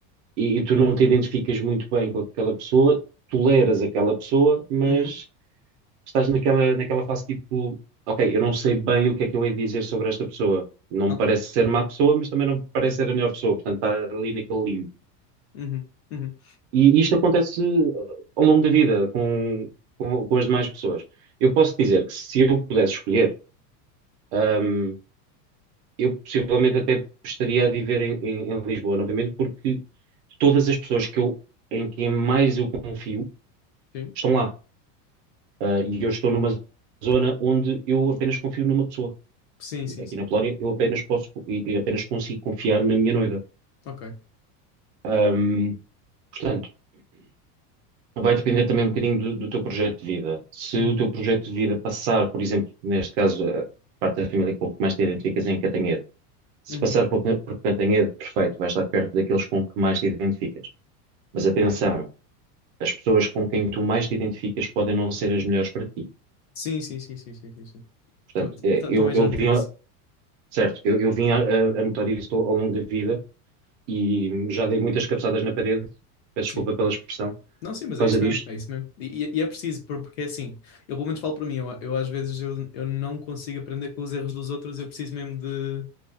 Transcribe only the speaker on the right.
e, e tu não te identificas muito bem com aquela pessoa, toleras aquela pessoa, mas
estás naquela, naquela fase tipo, ok, eu não sei bem o que é que eu hei de dizer sobre esta pessoa. Não
me parece ser má pessoa, mas também não me parece ser a melhor pessoa. Portanto, está ali naquele limbo.
E isto acontece uh, ao longo da vida com, com, com as demais pessoas. Eu posso dizer que se eu pudesse escolher, um, eu possivelmente até estaria a viver em, em- em Lisboa novamente, porque todas as pessoas que eu, em quem mais eu confio
estão lá. Uh, e eu estou numa zona onde eu apenas confio numa pessoa
Aqui
na Polónia, eu apenas posso e apenas consigo confiar na minha noiva.
Ahm, portanto, vai depender também um bocadinho do, do teu projeto de vida. Se
o teu projeto de vida passar, por exemplo, neste caso, a parte da família com que mais te identificas é em Cantanhede. Se
passar por, por Cantanhede, perfeito, vais estar perto daqueles com que mais te identificas. Mas atenção, as pessoas com quem tu mais te identificas podem não ser as melhores para ti.
Portanto,
eh,
eu,
eu
vim, a-
certo, eu, eu vim a, a- a notar isso ao longo da vida e já dei muitas cabeçadas na parede, peço
desculpa pela expressão,
por causa
disto,